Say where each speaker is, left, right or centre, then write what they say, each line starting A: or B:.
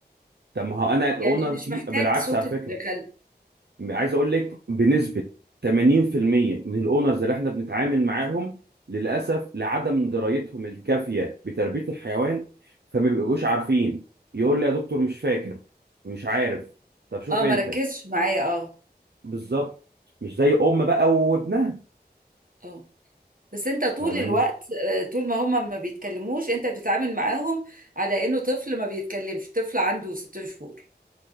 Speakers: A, on the right (about 75°); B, on the right (about 55°).
A: طب ما هو انا الاونر
B: يعني مش
A: فيه
B: محتاج
A: بالعكس
B: صوت
A: على
B: الكلب
A: فكره عايز اقول لك بنسبه 80% من الاونرز اللي احنا بنتعامل معاهم للاسف لعدم درايتهم الكافيه بتربيه الحيوان فما بيبقوش عارفين يقول لي يا دكتور مش فاكر مش عارف طب شوف
B: اه
A: انت
B: ما ركزش معايا اه
A: بالظبط مش زي ام بقى وابنها
B: اه بس انت طول
A: فاهم
B: الوقت آه، طول ما هم ما بيتكلموش انت بتتعامل معاهم على انه طفل ما بيتكلمش طفل عنده ست شهور